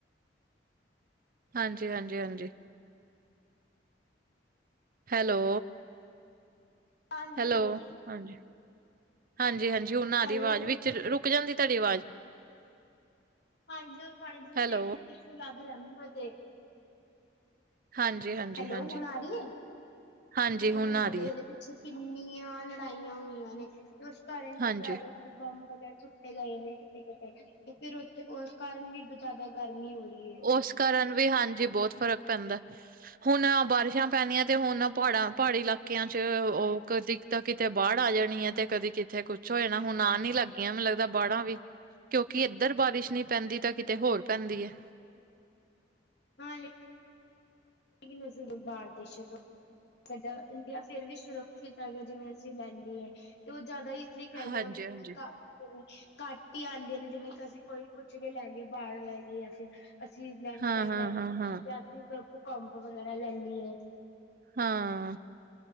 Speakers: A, on the right; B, on the left.
A: ਹਾਂਜੀ ਹਾਂਜੀ ਹਾਂਜੀ ਹੈਲੋ
B: ਨਾਲ ਜਿਵੇਂ
A: ਹੈਲੋ ਹਾਂਜੀ ਹਾਂਜੀ ਹਾਂਜੀ ਹੁਣ ਆਰ
B: ਹੈਲੋ
A: ਹੀ ਆਵਾਜ਼
B: ਹੁਣ
A: ਵਿੱਚ ਰੁਕ ਜਾਂਦੀ ਤੁਹਾਡੀ ਆਵਾਜ਼
B: ਹਾਂਜੀ ਹਾਂਜੀ
A: ਹੈਲੋ।
B: ਨੈਟਵਰਕ ਇਸ਼ੂ ਲੱਗ ਰਿਹਾ ਮੈਂਨੂੰ ਏ ਤੇ
A: ਹਾਂਜੀ ਹਾਂਜੀ
B: ਹੈਲੋ
A: ਹਾਂਜੀ,
B: ਹੁਣ ਆਰ ਹੀ ਹੈ,
A: ਹਾਂਜੀ
B: ਜਿਵੇਂ
A: ਹੁਣ
B: ਤੁਹਾਨੂੰ
A: ਆ
B: ਪਤਾ
A: ਰਹੀ
B: ਹੀ
A: ਹੈ
B: ਹਲੇ ਪਿੱਛੇ ਕਿੰਨੀਆਂ ਲੜਾਈਆਂ ਹੋਈਆਂ ਨੇ ਤੇ ਉਸ ਕਾਰਨ ਜ਼ਿਆਦੇ
A: ਹਾਂਜੀ
B: ਜਿਵੇੰ ਬੰਬ ਵਗੈਰਾ ਸੁਟੇ ਜਾਂਦੇ ਨੇ ਕਿਥੇ ਕਿਥੇ ਤੇ ਫਿਰ ਉਥੇ ਉਸ ਕਾਰਨ ਵੀ ਜਿਆਦਾ ਗਰਮੀ ਹੋ ਰਹੀ ਹੈ
A: ਉਸ ਕਾਰਨ ਵੀ ਹਾਂਜੀ ਬਹੁਤ ਫ਼ਰਕ ਪੈਂਦਾ, ਹੁਣ ਆ ਬਾਰਿਸ਼ਾਂ ਪੈਂਨੀਆਂ, ਤੇ ਹੁਣ ਨਾ ਪਹਾੜਾਂ ਪਹਾੜੀ ਇਲਾਕੇ ਇਲਾਕੇਆਂ ਚ ਉਹ ਕਦੀ ਤਾਂ ਕਿਤੇ ਬਾਹੜ ਆ ਜਾਣੀ ਹੈ, ਤੇ ਕਦੀ ਕਿਤੇ ਕੁਛ ਹੋ ਜਾਣਾ ਹੁਣ ਆ ਨੀ ਲੱਗ ਟਾਈਮ ਲੱਗਦਾ ਬਾੜਾਂ ਵੀ, ਕਿਉਂਕਿ ਇੱਧਰ ਬਾਰਿਸ਼ ਨਹੀਂ ਪੈਂਦੀ ਤਾਂ ਕਿਤੇ ਹੋਰ ਪੈਂਦੀ ਹੈ
B: ਹਾਂਜੀ ਏਨੀ ਹੋ ਸਕ ਬਾਹਰ ਦੇਸ਼ਾ ਤੋ ਸਾਡਾ ਇੰਡੀਆ ਫੇਰ ਵੀ ਸੁਰੱਖਸਿ਼ਤ ਹੈਗਾ ਜਿਵੇਂ ਅਸੀਂ ਲੈਂਦੀ ਐ, ਤੇ ਓਹ ਜੈਯਾਦਾ ਈ ਨੀ ਕੈ ਗਿਆ
A: ਹਾਂਜੀ,
B: ਓਥੇ
A: ਹਾਂਜੀ
B: ਤੇ ਕੰਮ ਈ ਬਰੇ ਨੇ। <inaudible> ਘੱਟ ਈ ਆੰਦੀਆਂ ਨੇ ਜਿਵੇਂ ਕਿ ਅਸੀਂ ਕੋਈ ਕੁਛ ਵੀ ਲੈ ਲੀਏ, ਬਾੜ ਲੈ ਲੀਏ ਯਾ ਫੇਰ ਅਸੀਂ ਲੈਂਡ
A: ਹਾਂ,
B: ਸਲਾਈਡ
A: ਹਾਂ,
B: ਲੈ ਲੀਏ,
A: ਹਾਂ, ਹਾਂ,
B: ਯਾ ਅਸੀਂ ਭੂਕੰਪ ਵਗੈਰਾ ਲੈ ਲੀਏ।
A: ਹਾਂ,